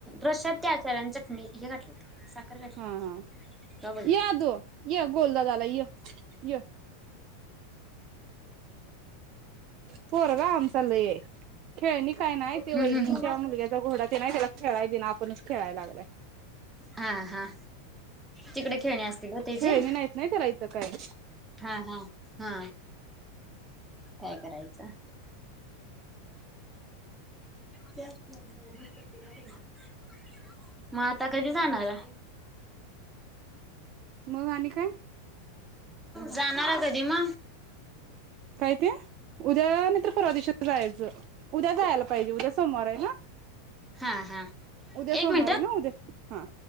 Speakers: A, in the centre; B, on the right.
A: रश्यात त्या आचार्याने चटणी हे घातलेली. साखर घातली
B: हा
A: होती.
B: हा,
A: तवा बघितलं
B: य आदू य गोलू दादा आलाय य पोरगा आमचा लई आहे. खेळणी काय नाही ते
A: हम्म
B: वहिनींच्या
A: हम्म हम्म
B: मुलग्याचा घोडा तेला नाही त्याला खेळाय दे ना आपणच खेळायला लागलाय.
A: हा हा तिकडे खेळणी असतील ग तेजी?
B: खेळणी नाहीत नाही तेला इथ काही.
A: हा हा. हा काय करायचं त्या प्रत <unintelligible> मग आता कधी जाणारा?
B: मग आणि काय?
A: जाणार कधी मगं
B: काय ते उद्या नंतर परवा च जायचं उद्या जायला पाहिजे उद्या सोमवार आहे ना?
A: हा हा
B: उद्या
A: एक
B: सोमवार
A: मिनिट
B: आहे ना उद्या हां.